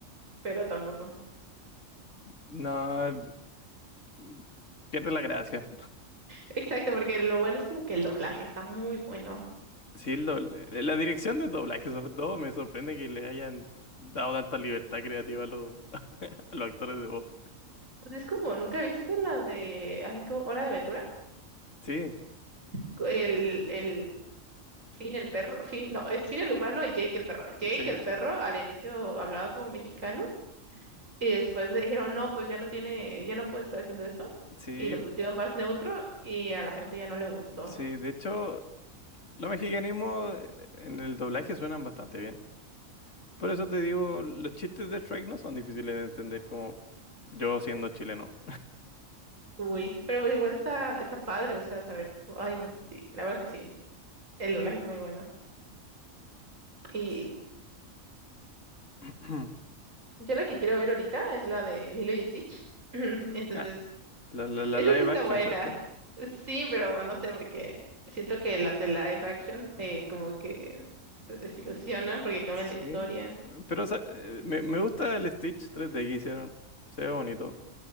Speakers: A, on the right (about 75°); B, on the left (about 65°).
A: pero tampoco.
B: No, mm, pierde la gracia.
A: Exacto, porque lo bueno es como que el doblaje está muy bueno.
B: Sí, el doble- eh, la dirección del doblaje sobre todo me sorprende que le hayan dado tanta libertad creativa a los, Los actores de voz.
A: Pues es como, ¿nunca viste la de, ay, ¿cómo? Hora de Aventura?
B: Sí,
A: Co- El, el Finn el perro, Finn, no, es Finn el humano y Jake el perro. Jake
B: sí,
A: el perro al inicio hablaba como mexicano Y después le dijeron, no, pues ya no tiene, ya no puede estar haciendo eso.
B: sí,
A: Y lo pusieron más neutro y a la gente ya no le gustó.
B: sí. De hecho, los mexicanismos eh, en el doblaje suenan bastante bien. Por eso te digo, los chistes de Shrek no son difíciles de entender como yo siendo chileno.
A: Uy, pero pues igual está, está padre, o sea, saber, todo. ay no, sí, la verdad es que sí, el doblaje es muy bueno. Y
B: Sí. <clears throat>
A: yo la que quiero ver ahorita es la de Lilo y Stitch. <clears throat> Entonces,
B: Ah, la, la, la
A: esa
B: live
A: sí está
B: action,
A: buena.
B: ¿cierto?
A: Sí, pero no sé, porque siento que las de live action
B: Mm,
A: eh, como que te desilusionan porque cambian
B: Sí.
A: la historia.
B: Pero o sea, eh, me, me gusta el Stitch tres d que hicieron. Se ve bonito.